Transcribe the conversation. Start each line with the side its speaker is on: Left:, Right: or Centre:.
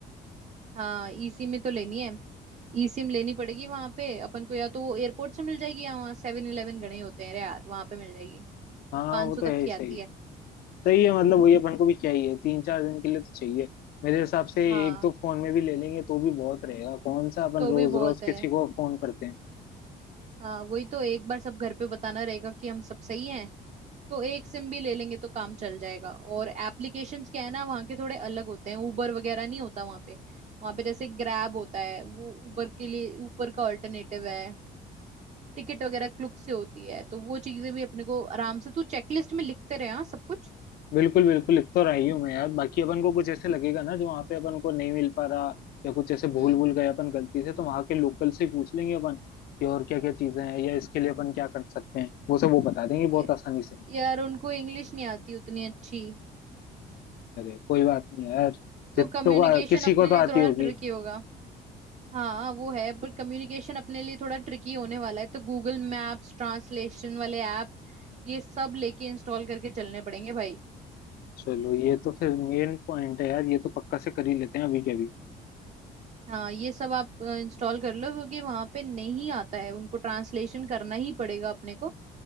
Right: हाँ ई सिम में तो लेनी है ई सिम लेनी पड़ेगी वहां पे अपन को या तो वो एयरपोर्ट से मिल जाएगी या वहाँ सेवन इलेवन गणे होते हैं रे यार वहां पे मिल जाएगी
Left: हाँ
Right: पाँच
Left: वो तो
Right: सौ
Left: है
Right: तक
Left: ही
Right: की
Left: सही
Right: आती है
Left: सही है मतलब वही अपन को भी चाहिए तीन चार दिन के लिए तो चाहिए मेरे हिसाब से
Right: हाँ
Left: एक दो फोन में भी ले लेंगे तो भी बहुत रहेगा कौन सा अपन
Right: तो
Left: रोज
Right: भी बहुत
Left: रोज
Right: है
Left: किसी को फोन करते हैं
Right: हाँ वही तो एक बार सब घर पे बताना रहेगा कि हम सब सही हैं तो एक सिम भी ले लेंगे तो काम चल जाएगा और एप्लीकेशंस क्या है ना वहाँ के थोड़े अलग होते हैं उबर वगैरह नहीं होता वहाँ पे वहाँ पे जैसे ग्रैब होता है वो उबर के लिए ऊबर का ऑल्टरनेटिव है टिकट वगैरह क्लुक से होती है तो वो चीजें भी अपने को आराम से तू चेकलिस्ट में लिखते रहे हाँ सब कुछ
Left: बिल्कुल बिल्कुल लिख तो रही हूँ मैं यार बाकी अपन को कुछ ऐसे लगेगा ना जो वहाँ पे अपन को नहीं मिल पा रहा या कुछ ऐसे
Right: हम्म
Left: भूल भूल गए अपन गलती से तो वहाँ के लोकल से ही पूछ लेंगे अपन कि और क्या क्या चीजें हैं या इसके लिए अपन क्या कर सकते हैं वो सब वो बता देंगे बहुत
Right: ये-
Left: आसानी से
Right: यार उनको इंग्लिश नहीं आती उतनी अच्छी
Left: अरे कोई बात नहीं यार जितनों
Right: तो कम्युनिकेशन
Left: को किसी
Right: अपने
Left: को तो
Right: लिए
Left: आती
Right: थोड़ा
Left: होगी
Right: ट्रिकी होगा हाँ वो है पर कम्युनिकेशन अपने लिए थोड़ा ट्रिकी होने वाला है तो गूगल मैप्स ट्रांसलेशन वाले ऐप ये सब लेके इंस्टॉल करके चलने पड़ेंगे भाई
Left: चलो ये तो फिर मेन पॉइंट है यार ये तो पक्का से कर ही लेते हैं अभी के अभी
Right: हाँ ये सब आप इंस्टॉल कर लो क्योंकि वहां पे नहीं आता है उनको ट्रांसलेशन करना ही पड़ेगा अपने को